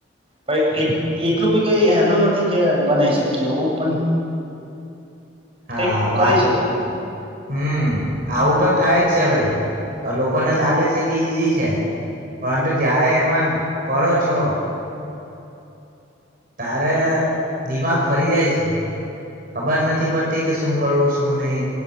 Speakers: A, on the right; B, on the right.
A: પણ એટલું બી કઈ હેલું નથી કે બનાવી શકીએ એવું પણ
B: હા
A: કઈક કરી
B: વાત
A: શકુ
B: હમ આવું તો તો થાય જ છે ભાઈ લોકોને લાગે છે કે ઈઝી છે પરંતુ જારે એમાં પડો છો તારે દિમાગ ફરી જાય છે ખબર નથી પડતી કે શું કરવું શું નહી